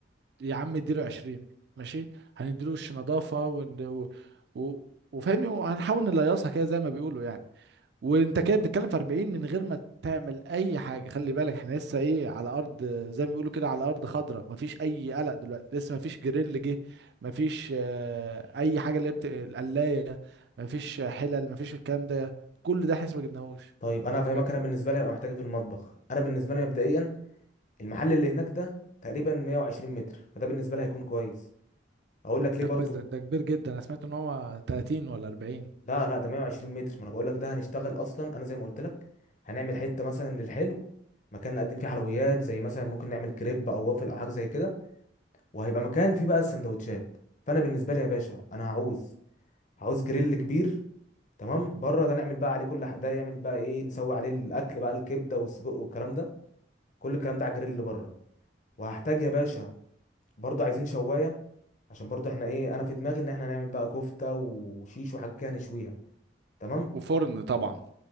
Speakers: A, on the right; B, on the left.
A: يا عم اديله 20 ماشي هنديله وش نظافه ون... و... و... وفاهمني وهنحاول نليصها كده زي ما بيقولوا يعني وانت كده بتتكلم في 40 من غير ما تعمل اي حاجه خلي بالك احنا لسه ايه على ارض زي ما بيقولوا كده على ارض خضراء مفيش اي قلق دلوقتي لسه مفيش جريل جه مفيش آه، اي حاجه اللي هي بت... القلايه مفيش حلل مفيش الكلام ده كل ده احنا لسه ما جبناهوش
B: طيب انا فاهمك
A: فاهمني؟
B: انا بالنسبه لي هبقى محتاج إيه في المطبخ انا بالنسبه لي مبدئيا المحل اللي هناك ده تقريبا 120 متر فده بالنسبه لي هيكون كويس اقول لك ليه
A: ده
B: برضو
A: كويس ده, ده كبير جدا انا سمعت ان هو 30 ولا 40
B: لا لا ده 120 متر ما انا بقول لك ده هنشتغل اصلا انا زي ما قلت لك هنعمل حته مثلا للحلو مكان نقدم فيه حلويات زي مثلا ممكن نعمل كريب او وافل او حاجه زي كده وهيبقى مكان فيه بقى السندوتشات فانا بالنسبه لي يا باشا انا هعوز هعوز جريل كبير تمام بره ده نعمل بقى عليه كل ح- ده يعمل بقى ايه نسوي عليه الاكل بقى الكبده والسجق والكلام ده كل الكلام ده على الجريل اللي بره وهحتاج يا باشا برضو عايزين شوايه عشان برضو احنا ايه انا في دماغي ان احنا هنعمل بقى كفته وشيش وحاجات كده نشويها تمام
A: وفرن طبعا